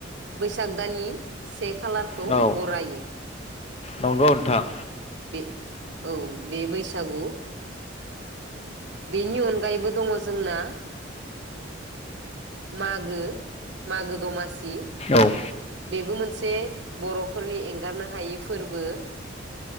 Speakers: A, on the right; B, on the left.
A: बैसाग दाननि से खालारखौ
B: औ
A: बरायो
B: नंगौ नोंथां।
A: बे औ बे बैसागु। बेनि अनगायैबो दङ जोंना मागो मागो दमासि। सि
B: औ
A: बेबो मोनसे बे बर'फोरनि एंगारनो हायै फोरबो।